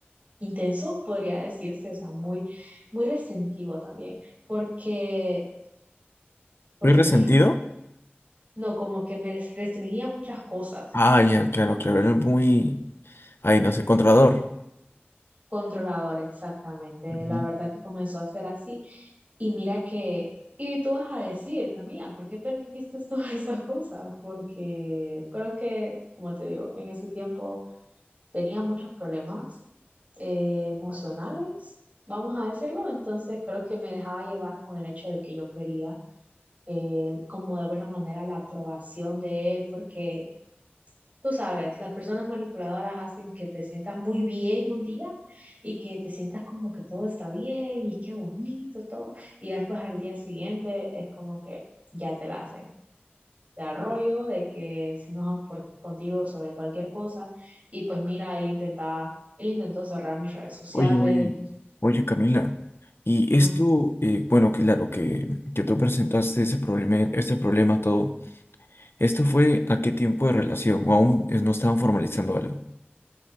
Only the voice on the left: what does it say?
¿Muy resentido?
Ah, ya, claro, claro, era muy, ay, no sé, controlador.
Ujú.
Oye, oye, oye, Camila. Y
esto, eh, bueno, claro, que, que tú presentaste ese problema, ese problema todo. ¿Esto fue a qué tiempo de relación? ¿O aún es- no estaban formalizando algo?